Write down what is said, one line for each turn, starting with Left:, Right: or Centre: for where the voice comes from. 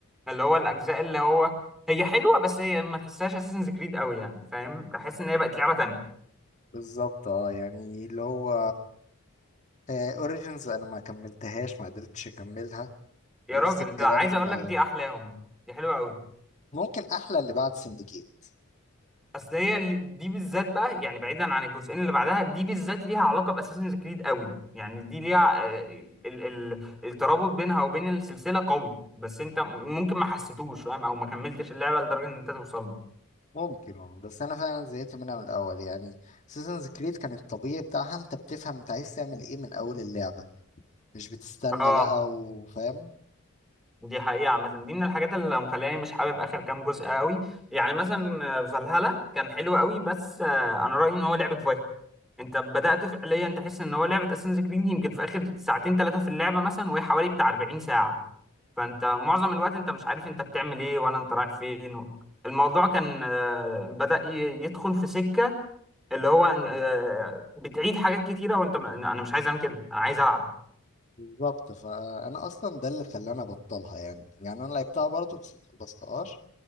Centre: اللي هو الأجزاء اللي هو هي حلوة بس هي ما تحسهاش أساسنز كريد قوي يعني فاهم تحس إن هي بقت لعبة تانية
Left: بالظبط اه يعني اللي هو اوريجينز انا ما كملتهاش ما قدرتش اكملها
Centre: يا
Left: ونفس
Centre: راجل
Left: الكلام
Centre: ده عايز اقول
Left: آه،
Centre: لك دي احلاهم دي حلوه قوي
Left: ممكن احلى اللي بعد سندكيت
Centre: اصل هي ال- دي بالذات بقى يعني بعيدا عن الجزئين اللي بعدها دي بالذات ليها علاقه باساسنز كريد قوي يعني دي ليها آه، ال ال الترابط بينها وبين السلسله قوي بس انت ممكن ما حسيتوش فاهم او ما كملتش اللعبه لدرجه ان انت توصل له
Left: ممكن والله، بس انا فعلا زهقت منها من الاول يعني سيزنز كريد كان الطبيعي بتاعها انت بتفهم انت عايز تعمل ايه من اول اللعبه مش بتستنى
Centre: اه
Left: بقى وفاهم
Centre: دي حقيقة عامة دي من الحاجات اللي مخلاني مش حابب آخر كام جزء قوي يعني مثلا آه، فالهالا كان حلو قوي بس آه، أنا رأيي إن هو لعبة فايكنج أنت بدأت فعليا تحس إن هو لعبة أساسنز كريد يمكن في آخر ساعتين ثلاثة في اللعبة مثلا وهي حوالي بتاع 40 ساعة فأنت معظم الوقت أنت مش عارف أنت بتعمل إيه ولا أنت رايح فين الموضوع كان آه، بدأ ي- يدخل في سكة اللي هو آه، بتعيد حاجات كتيرة وأنت أنا مش عايز أعمل كده أنا عايز ألعب
Left: بالظبط فانا اصلا ده اللي خلاني ابطلها يعني يعني انا لعبتها برضه بس ما خلصتهاش